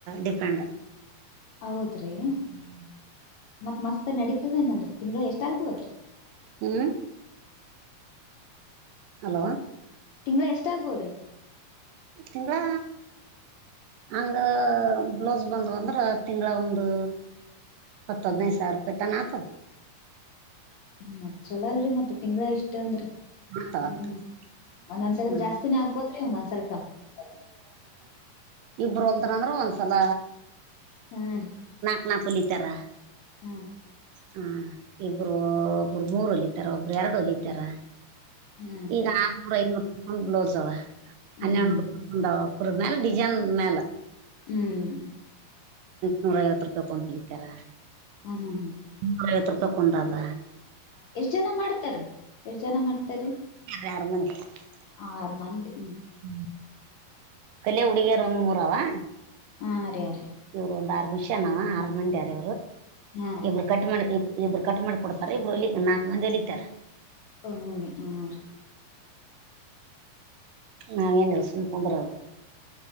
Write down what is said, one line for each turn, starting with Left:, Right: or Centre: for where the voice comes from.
Right: ಡಿಪೆಂಡ್.
Left: ಹೌದ್ರಿ
Right: ಹ್ಮ್
Left: ಮತ್ ಮಸ್ತ್ ನಡೀತದೆನಲ್ರಿ ತಿಂಗಳ ಎಷ್ಟ್ ಆಗ್ಬೋದ್ರಿ.
Right: ಹ್ಮ ಹಲೋ
Left: ತಿಂಗಳ ಎಷ್ಟ ಆಗ್ಬೋದ್ರಿ.
Right: ತಿಂಗಳ ಹಂಗ ಬ್ಲೌಸ್ ಬಂದ್ವು ಅಂದ್ರ ತಿಂಗಳ ಒಂದು. ಹತ್ ಹದಿನೈದ್ ಸಾವಿರ್ ರೂಪಾಯ್ ತಾನ ಆತದ್.
Left: ಹ್ಮ ಮತ್ತ್ ಚಲೋ ಅಲ್ರಿ ಮತ್ ತಿಂಗಳ ಇಷ್ಟ ಅಂದ್ರೆ
Right: ಆಗ್ತಾವ ಆಗ್ತದೆ
Left: ಹ್ಮ್. ಒಂದೊಂದ್ಸರಿ
Right: ಹ್ಞೂ
Left: ಜಾಸ್ತಿನೇ ಆಗ್ಬೋದ್ರಿ ಒಂದೊಂದ್ಸಲಿ ಕಮ್ಮಿ ಆಗ್ಬೋದ
Right: ಇಬರು ಹೊಲ್ದ್ರಂದ್ರ ಒಂದ್ಸಲ.
Left: ಆ ರಿ
Right: ನಾಕ್ ವಲಿತರ.
Left: ಹ್ಮ್
Right: ಹಾ ಇಬ್ರು ಒಬ್ರು ಮೂರು ಹೊಲಿತಾರ ಒಬ್ರು ಎರಡು ಹೊಲಿತಾರ.
Left: ಹಾ
Right: ಈಗ ಆರನೂರು ಐನೂರುಕ್ಕೂಂದ್ ಬ್ಲೌಸ್ ಅವ ಹನ್ನೊಂದ್
Left: ಹ್ಮ್
Right: ನೂರು <unintelligible> ಮ್ಯಾಲ್ ಡಿಜೈನ್ ಮ್ಯಲ.
Left: ಹ್ಮ್
Right: ನೂರ ಐವತ್ತು ರೂಪಾಯಿ ಕೊಂದ್ ಹೆಳ್ತಾರ
Left: ಹ ಹಾ ಹಾ
Right: ನೂರ ಐವತ್ತು ರೂಪಾಯಿ ಕೊಂದದ.
Left: ಎಷ್ಟ ಜನ ಮಾಡ್ತಾರೀ ಎಷ್ಟ ಜನ ಮಾಡ್ತಾರೀ.
Right: ಯಾರ ಮಂದ <unintelligible>
Left: ಆರ್ ಮಂದಿ.
Right: ಹ್ಮ್ ಕಲ್ಯ ಹುಡುಗಿಯರು ಒನ್ ಮೂರವಾ
Left: ಹಾಂ ರೆ ಅ ರೀ
Right: ಇವರು ಒಂದ್ ಆರು ನಿಮಿಷನಾವ ಆರ ಮಂದಿಣರಣ್ಣ
Left: ಹಾ ರೀ
Right: ಇವ್ರು ಇಬ್ರು ಕಟ್ ಮಾಡ ಇಬ್ರು ಕಟ್ ಮಾಡಿ ಕೊಡ್ತಾರ ಇಬ್ರು ನಾಲ್ಕು ಮಂದಿಲಿ ಇತಾರೆ
Left: ಹಗೆ ಹ ರ
Right: ನಾಂಗ ಎಸ ಪೂಂತರದು